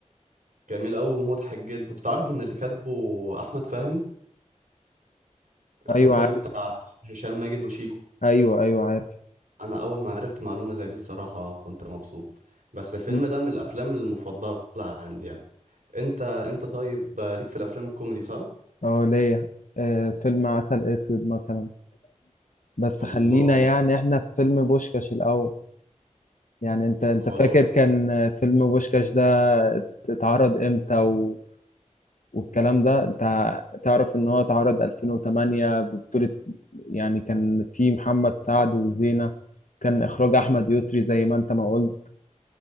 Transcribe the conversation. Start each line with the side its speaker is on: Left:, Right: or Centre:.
Right: جميل قوي ومضحك جدا تعرف ان اللي كاتبه احمد فهمي احمد
Left: ايوه
Right: فهمي
Left: عارف
Right: بتاع هشام ماجد وشيكو
Left: ايوه ايوه عارف
Right: انا اول ما عرفت معلومة زي دي الصراحة كنت مبسوط بس الفيلم
Left: مم.
Right: ده من الافلام المفضلة عندي يعني انت انت طيب آه، ليك في الافلام الكوميدي صح
Left: اه ليا آه فيلم عسل اسود مثلا بس
Right: الله
Left: خلينا يعني احنا في فيلم بوشكاش الاول يعني انت انت
Right: خلاص
Left: فاكر كان فيلم بوشكاش ده اتعرض امتى و... والكلام ده انت تعرف ان هو اتعرض 2008 ببطولة يعني كان في محمد سعد وزينة كان اخراج احمد يسري زي ما انت ما قلت